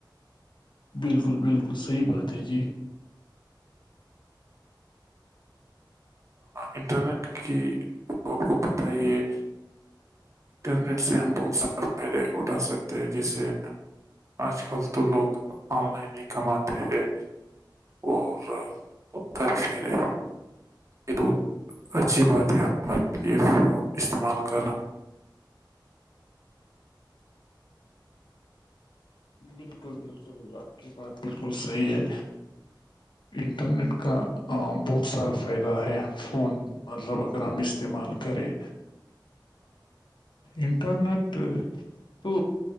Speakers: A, on the left (about 75°); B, on the right (about 40°).
A: بالکل بالکل صحیح بات ہے جی
B: انٹرنیٹ کی آپ کو پتہ یہ انٹرنیٹ سے ہم بہت سارے فائدے اٹھا سکتے ہیں جیس سے آج کل تو لوگ آن لائن ہی کماتے ہیں اور پش مے یہ تو اچھی بات ہے ہمارے لیے فون استعمال کرنا
A: بالکل بالکل تو آپ کی بات بالکل صحیح ہے انٹرنیٹ کا عام بہت سارا فائدہ ہے فون مطلب اگر ہم استعمال کریں انٹرنیٹ تو